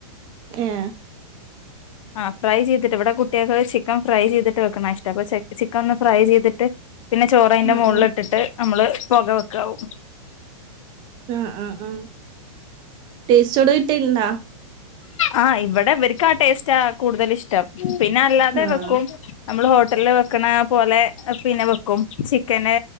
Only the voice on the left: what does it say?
ആ ഫ്രൈ ചെയ്തിട്ട് ഇവിടെ കുട്ടികൾ ചിക്കൻ ഫ്രൈ ചെയ്തിട്ട് വെക്കണ ഇഷ്ടം അപ്പൊ ചിക്കൻ ഒന്ന് ഫ്രൈ ചെയ്തിട്ട് പിന്നെ ചോറ അന്റെ
മുകളിൽ
ഇട്ടിട്ട് നമ്മള് പുക വെക്കാവും
ആഹ് ഇവിടെ ഇവർക്കും ആ ടേസ്റ്റാ കൂടുതൽ ഇഷ്ടം പിന്നെ അല്ലാതെ
വെക്കും നമ്മള് ഹോട്ടലില് വെക്കണ പോലെ പിന്നെ വെക്കും ചിക്കന